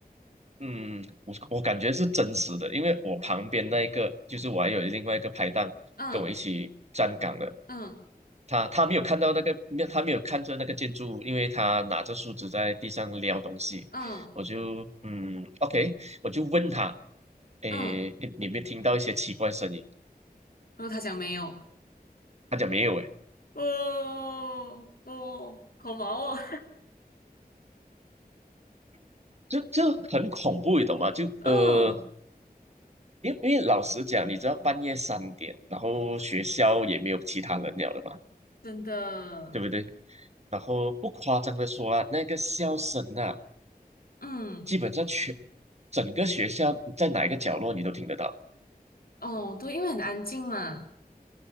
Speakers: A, on the right; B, on the left.
A: 嗯，我我感觉是真实的，因为我旁边那一个就是我还有另外一个拍档跟我一起站岗的，
B: 嗯嗯
A: 他他没有看到那个，没有他没有看着那个建筑物，因为他拿着树枝在地上撩东西，
B: 嗯
A: 我就嗯，OK，我就问他，诶，
B: 嗯，然
A: 你有没有听到一些奇怪声音？
B: 后他讲没有，
A: 他讲没有，诶，
B: 哦哦，好忙哦，
A: 这这很恐怖，你懂吗？就呃，
B: <laughs> 嗯，
A: 因为因为老实讲，你知道半夜三点，然后学校也没有其他人了的嘛，
B: 真的，
A: 对不对？然后不夸张的说啊，那个笑声啊，
B: 嗯
A: 基本上全整个学校在哪一个角落你都听得到。
B: 哦，对，因为很安静嘛，